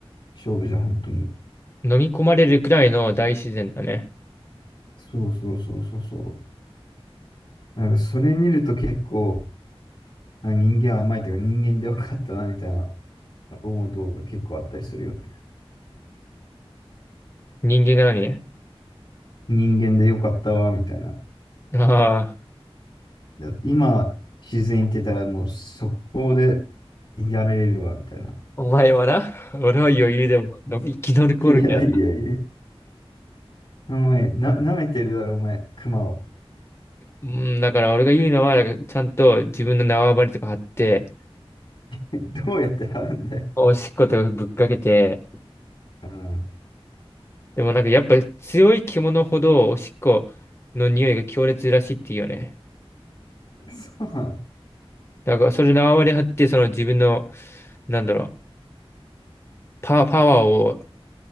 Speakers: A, on the left; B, on the left.
A: 勝負じゃん、本当に。
B: 飲み込まれるくらいの大自然だね。
A: そうそうそうそうそう。なんかそれ見ると結構、あ、人間は甘いというか人間でよかったな、みたいな思う動画結構あったりするよね。
B: 人間が何
A: 人間でよかったわ、みたいな。
B: ああ、
A: だって今、自然行ってたらもう速攻でやれるわ、みたいな。
B: お前はな、<laughs> 俺は余裕でもの生き残るけど。
A: いやいやいや。お前、な、舐めてるだろ、お前、熊を。
B: うん、だから俺が言うのは、なんかちゃんと自分の縄張りとか張って、
A: どうやって貼るんだよ。
B: おしっことぶっかけて、
A: うん。
B: でもなんかやっぱ強い獣ほどおしっこの匂いが強烈らしいっていうよね。
A: そうなの。
B: だからそれ縄張り張って、その自分の、なんだろう、パ、パワーを